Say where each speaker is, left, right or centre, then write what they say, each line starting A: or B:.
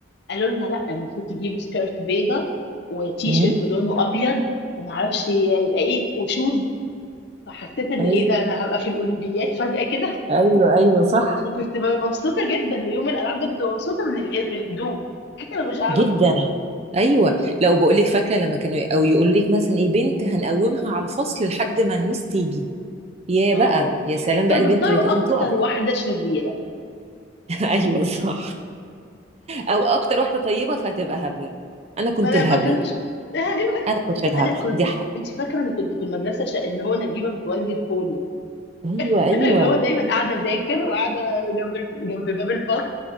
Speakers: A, on the left; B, on the right.
A: قالوا لنا لا المفروض تجيبوا سكيرت بيضة وتي
B: مم؟
A: شيرت لونه ابيض ومعرفش يبقى ايه وشوز فحسيت ان
B: ايوه
A: ايه ده انا هبقى في الاولمبياد فجأة كده
B: ايوه ايوه صح
A: وكنت مبسوطة جدا ويوم الالعاب ده كنت مبسوطة من اله- من الهدوم حتى لو مش هلعب
B: جدا ايوه لو بقول لك فاكره لما كانوا او يقول لك مثلا ايه بنت هنقومها على الفصل لحد ما الميس تيجي يا
A: اه
B: بقى يا سلام
A: كانوا
B: بقى البنت
A: بيختاروا
B: اللي تقوم
A: اكتر
B: تقف
A: واحدة شريرة
B: <laughs> ايوه صح او اكتر واحده طيبه فهتبقى هبله انا كنت
A: ما لا
B: الهبله
A: ما كانوش <laughs> ايوه
B: انا كنت الهبله
A: انا كنت
B: دي حاجه
A: انت فاكره انا كنت في المدرسه ش... اللي هو نجيبه متولي الفوني
B: ايوه ايوه
A: <laughs> اللي هو دايما قاعده اذاكر وقاعده جنب الف... جنب باب الفصل